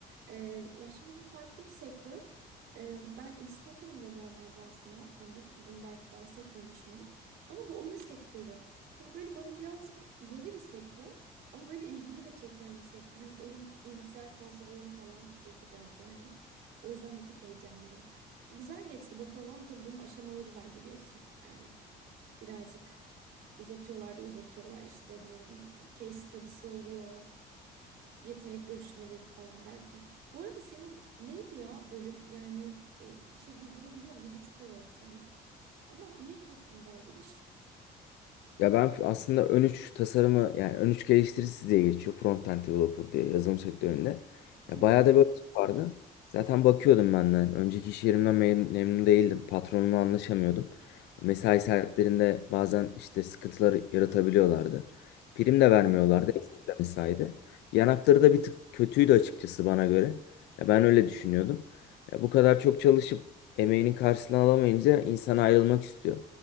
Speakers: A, on the right; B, on the left.
A: e, ya şimdi bu farklı bir sektör. E, ben illüstratörüm de normalde aslında hani bunu belki bahsetmemişimdir. Ama bu oyun sektörü hani böyle bana birazcık yeni bir sektör ama böyle ilgimi de çeken bir sektör. Hani oyun bilgisayar konsol oyunu falan yapacağız yani. O yüzden bir tık heyecanlıyım. Güzel geçti bakalım ama tabii bunun aşamaları var biliyorsun yani birazcık uzatıyorlar da uzatıyorlar. İşte bunun case study'si oluyor, yetenek görüşmeleri falan derken. Bu arada senin neydi ya bölüm? Yani e, işe girdiğini biliyorum. Bir buçuk ay oldu sanırım. Ama ne hakkındaydı iş?
B: Ya ben f- aslında ön üç tasarımı yani ön üç geliştiricisi diye geçiyor. Front-end developer diye yazılım sektöründe. Ya
A: Hı hı.
B: bayağı da böyle tip vardı. Zaten bakıyordum ben de. hani Önceki iş yerimden mem- memnun değildim. Patronumla anlaşamıyordum. Mesai saatlerinde bazen işte sıkıntılar yaratabiliyorlardı. Prim de vermiyorlardı.
A: Hı hı.
B: Ekstra mesaiydi. Yanakları da bir tık kötüydü açıkçası bana göre. Ya ben öyle düşünüyordum. Ya bu kadar çok çalışıp emeğinin karşılığını alamayınca insan ayrılmak istiyor.